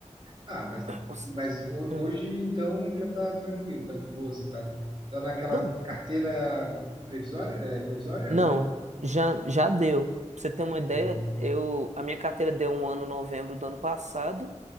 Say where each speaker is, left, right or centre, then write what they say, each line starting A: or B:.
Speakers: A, on the right (about 40°); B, on the right (about 70°).
A: Ah, mas,
B: Os-
A: mas ho-
B: hum,
A: hoje então já tá tranquilo, tá de boa, assim, tá, tá naquela
B: Não,
A: carteira previsória, é, provisória
B: não,
A: ou não?
B: já, já deu. Pra você ter uma ideia,
A: Boa.
B: eu, a minha carteira deu um ano em novembro do ano passado,